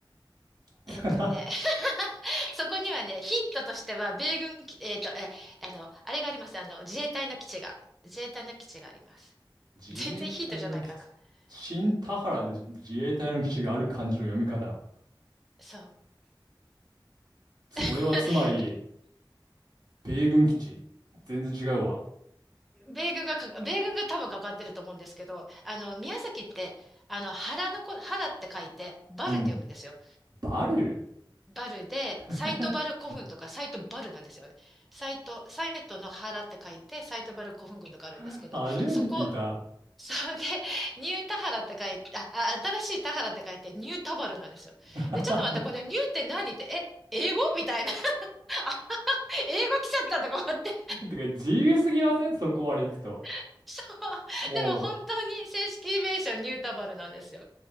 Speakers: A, on the right; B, in the centre.
A: <laughs>
B: えっとね、<laughs> そこにはね、ヒントとしては、米軍基、えっと、え、あの、あれがあります。あの、自衛隊の基地が、自衛隊の基地があります。
A: 自衛隊の基地、
B: 全然ヒントじゃないかな。
A: 新田原で自衛隊の基地がある漢字の読み方。
B: うん。そう。
A: それはつまり、
B: <laughs>
A: 米軍基地。全然違うわ。
B: 米軍がか、米軍が多分かかってると思うんですけど、あの、宮崎って、あの、原のこ、原って書いて、バルって読むんですよ。
A: うん。バル
B: バルで、
A: ー
B: サイトバル古墳とか、サイトバルなんですよね。サイト、サイトの原って書いて、サイトバル古墳群とかあるんですけど、
A: <laughs> 初めて聞いた。
B: そこ、それで、ニュータハラって書いて、あ、あ新しいタハラって書いて、ニュータバルなんですよ。
A: <laughs>
B: で、ちょっと待って、このニューって何って、え、英語みたいな。<laughs> あ、英語来ちゃったとか思って。
A: てか、自由すぎませんそこまで行くと。
B: <laughs> そう。
A: も
B: でも本当に正式名称ニュータバルなんですよ。